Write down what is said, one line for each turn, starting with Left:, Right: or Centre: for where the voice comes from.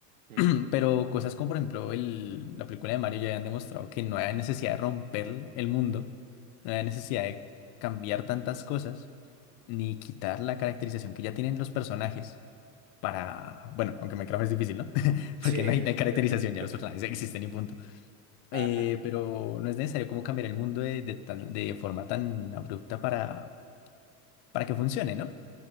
Right: Ujú.
Left: <clears throat> Pero cosas como, por ejemplo, el, la película de Mario ya han demostrado que no hay necesidad de romper el mundo, no hay necesidad de cambiar tantas cosas, ni quitar la caracterización que ya tienen los personajes para, bueno, aunque Minecraft es difícil, ¿no? <laughs>
Right: Sí.
Left: Porque no hay, no hay caracterización,
Right: <laughs>
Left: ya los personajes existen y punto.
Right: Ajá,
Left: Eh, pero no es necesario como cambiar el mundo de, de, tan- de forma tan abrupta para, para que funcione, ¿no?